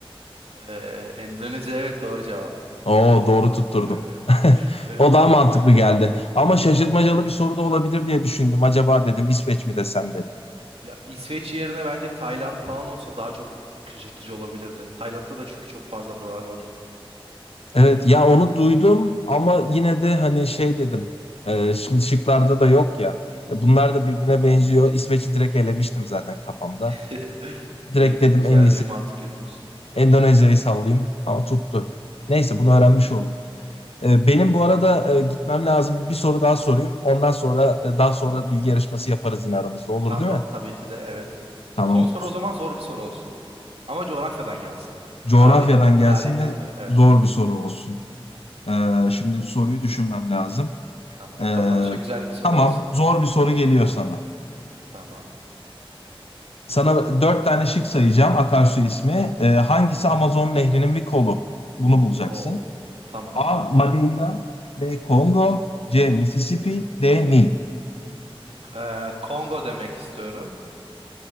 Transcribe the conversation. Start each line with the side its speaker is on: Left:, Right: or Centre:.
Right: Ee, Endonezya evet doğru cevap.
Left: Oo doğru tutturdum.
Right: <laughs>
Left: <laughs>
Right: Evet.
Left: O daha mantıklı
Right: <laughs>
Left: geldi. Ama şaşırtmacalı bir soru da olabilir diye düşündüm. Acaba dedim İsveç mi desem dedim.
Right: Ya İsveç yerine bence Tayland falan olsa daha çok şaşırtıcı olabilirdi. Tayland'da da çünkü çok fazla adalar var.
Left: Evet ya onu duydum ama yine de hani şey dedim. Ee, şimdi şıklarda da yok ya. E, Bunlar da birbirine benziyor. İsveç'i direkt elemiştim zaten kafamda.
Right: <laughs>
Left: Direkt
Right: Evet,
Left: dedim
Right: güzel
Left: en iyisi
Right: bir mantık yürütmüşsün.
Left: Endonezya'yı sallayayım ama tuttu. Neyse bunu öğrenmiş olduk. Ee, Benim bu arada e, gitmem lazım. Bir soru daha sorayım. Ondan sonra e, daha sonra bilgi yarışması yaparız yine aramızda. Olur
Right: Tamam,
Left: değil mi?
Right: tabii ki de evet.
Left: Tamam.
Right: Son soru o zaman zor bir soru olsun. Ama coğrafyadan gelsin.
Left: Coğrafyadan
Right: Tarih,
Left: gelsin
Right: tarihim kötü.
Left: ve
Right: Evet.
Left: zor bir soru olsun. Ee, şimdi soruyu düşünmem lazım.
Right: Tamam.
Left: Ee,
Right: Kapanışa güzel bir soru
Left: tamam.
Right: olsun.
Left: Zor bir soru geliyor sana.
Right: Tamam.
Left: Sana dört tane şık sayacağım akarsu ismi. Ee, hangisi Amazon Nehri'nin bir kolu? Bunu bulacaksın.
Right: Oo. Tamam.
Left: A. Madeira. B. Kongo. C. Mississippi. D. Nil.
Right: Ee, Kongo demek istiyorum.